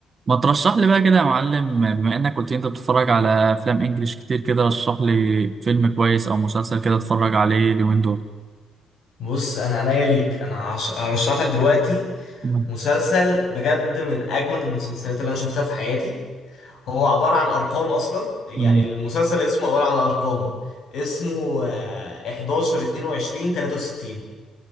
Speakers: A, on the right; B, on the left.
A: ما ترشح لي بقى كده يا معلم بما انك قلت لي انت بتتفرج على افلام انجليش كتير كده رشح لي فيلم كويس او مسلسل كده اتفرج عليه اليومين دول
B: بص انا عنيا ليك انا هش- هرشح لك دلوقتي
A: مم.
B: مسلسل بجد من اجمد المسلسلات اللي انا شفتها في حياتي هو عبارة عن ارقام اصلا يعني
A: مم.
B: المسلسل اسمه عبارة عن ارقام اسمه آه، 11 22 63